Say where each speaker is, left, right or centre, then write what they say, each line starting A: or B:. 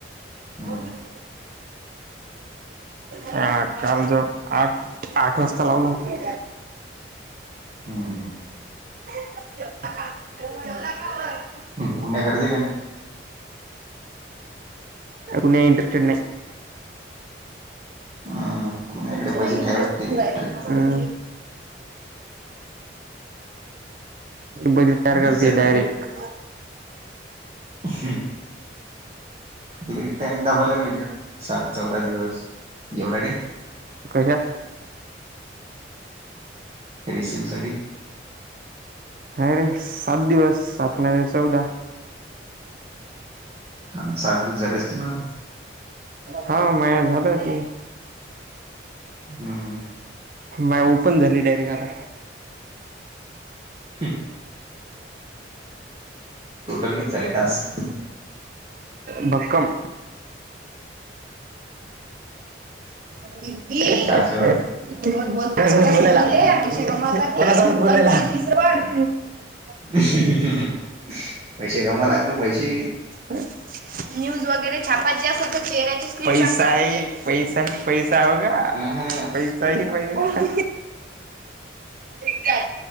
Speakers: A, on the right; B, on the right.
A: हम्म
B: बोलोल होतीे. ह काल जो आठ आठ वाजता लावला होता.
A: हम्म हम.
B: का.
A: कुण्या्या करते क
B: कुणी इंटरेस्टेड नाही.
A: हम्म कुण्याकडे
B: तुमच्या
A: बजेट
B: इंटरेस्ट
A: आहे वाटते
B: इंरेट
A: ट्रिपचा
B: बरी टर
A: हिच्यात
B: करते डायरेक्ट
A: तरी हम्. लेट टाइम दावायला लागलेत सात चौदा दिवस एवढा ते.
B: कशा
A: रिसिवसाठी.
B: हा रे सात दिवस सात नाही चौदा
A: हा सात दिवस झाले असतेना आता.
B: हा माझ झालय त.
A: हम्म हम.
B: माय ओपन झाली डायरेक्ट आता.
A: ह. टोटल किती झाले टास्क
B: <unintelligible> भक्कम. <unintelligible>
A: दहाच्या
B: लाुस
A: वर
B: बलेला
A: हम्म
B: <unintelligible> हम्.
A: पैसे कामा लागलो पैसे.
B: न्यूज वगैरे छापाची असल तर चेहऱ्याची पैसा आहे पैसा आहे. पैसा होग
A: अ हा
B: पैसा ह पैसा. ते का.